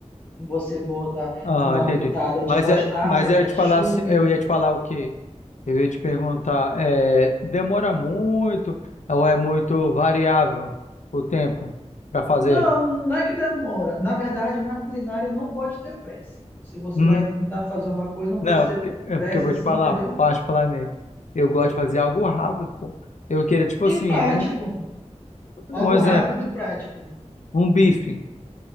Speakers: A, on the left (about 15°); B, on the left (about 85°).
A: você bota
B: Ah,
A: uma
B: entendi.
A: pitada de
B: Mas,
A: mostarda,
B: é, mas eu
A: ketchup,
B: ia te falar, se- eu ia te falar o quê? Eu ia te perguntar, é, demora muito ou é muito variável o tempo para fazer?
A: Não, não é que demora. Na verdade, na culinária não pode ter pressa. Se você
B: Uhum.
A: vai tentar fazer uma coisa, não pode
B: Não,
A: ser
B: porque, é
A: pressa
B: porque eu vou
A: assim,
B: te falar,
A: entendeu?
B: particularmente, eu gosto de fazer algo rápido, pô. Eu queria, tipo
A: E
B: assim,
A: prático.
B: um,
A: Algo
B: um exemplo,
A: rápido e prático.
B: um bife.